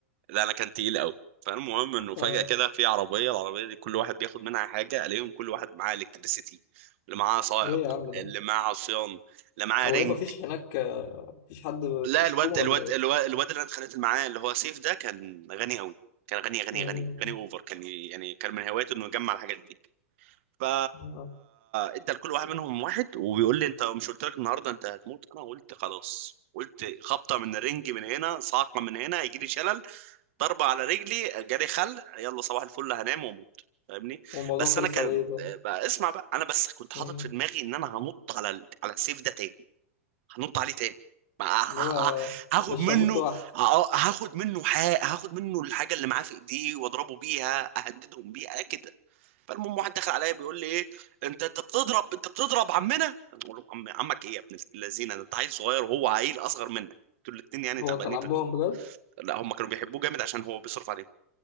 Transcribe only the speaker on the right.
لا انا كان تقيل قوي فالمهم انه فجأة
كده في عربية العربية دي كل واحد بياخد منها حاجة الاقيهم كل واحد معاه الكتريسيتي اللي معاه سائق
اللي معاه عصيان اللي معاه
رينج
لا الواد
الواد
الواد, الواد اللي انا اتخانقت معاه اللي هو سيف ده كان غني قوي كان غني غني
غني غني اوفر كان ي- يعني كان من هوايته انه يجمع الحاجات دي فا
ادى لكل واحد منهم واحد وبيقول لي انت مش قلت لك النهارده انت هتموت انا قلت خلاص قلت خبطه من الرنج من هنا صعقه من هنا هيجي لي شلل ضربة على رجلي جالي خل يلا صباح الفل هنام واموت فاهمني
بس
انا كان
بقى اسمع بقى انا بس كنت
حاطط في دماغي ان انا هنط على ال... على السيف ده تاني هنط عليه تاني ما- ه-
ه- هاخد
منه
ه- آه، هاخد منه حق هاخد منه الحاجه اللي معاه في ايديه واضربه بيها اهددهم بيها كده فالمهم واحد دخل عليا بيقول لي ايه انت انت بتضرب انت بتضرب عمنا بقول له عم عمك ايه يا ابن اللذينه ده انت عيل صغير وهو عيل اصغر منك دول الاتنين يعني
تعبانين
في ال-
لا هم كانوا بيحبوه جامد عشان هو بيصرف عليهم